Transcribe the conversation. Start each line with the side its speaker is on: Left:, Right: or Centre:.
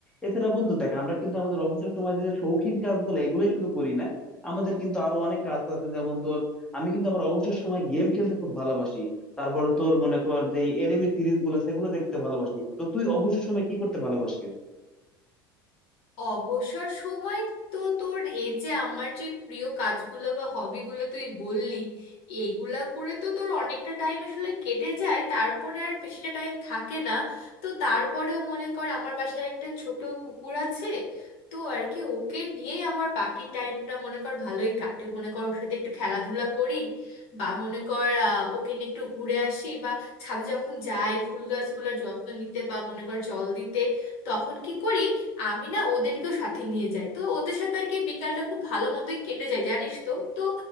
Centre: এছাড়া বন্ধু দেখ আমরা কিন্তু আমাদের অবসর সময় যে শৌখিন কাজগুলো এগুলোই শুধু করি না আমাদের কিন্তু আরো অনেক কাজ আছে যেমন তোর আমি কিন্তু আমার অবসর সময় গেম খেলতে খুব ভালোবাসি তারপর তোর মনে কর যে এনিমে সিরিজ গুলো সেগুলো দেখতে ভালোবাসি তো তুই অবসর সময় কি করতে ভালোবাসিস
Left: অবসর সময় তো তোর এই যে আমার যে প্রিয় কাজগুলো বা হবিগুলো তুই বললি এগুলা করে তো তোর অনেকটা টাইম আসলে কেটে যায় তারপরে আর বেশিটা টাইম থাকে না তো তারপরেও মনে কর আমার বাসায় একটা ছোট কুকুর আছে তো আর কি ওকে নিয়েই আমার বাকি টাইমটা মনে কর ভালোই কাটে মনে কর ওর সাথে একটু খেলাধুলা করি বা মনে কর আহ, ওকে নিয়ে একটু ঘুরে আসি বা ছাদে যখন যাই ফুল গাছগুলোর যত্ন নিতে বা মনে কর জল দিতে তখন কি করি আমি না ওদেরকেও সাথে নিয়ে যাই তো ওদের সাথে আর কি বিকালটা খুব ভালো মতোই কেটে যায় জানিস তো তো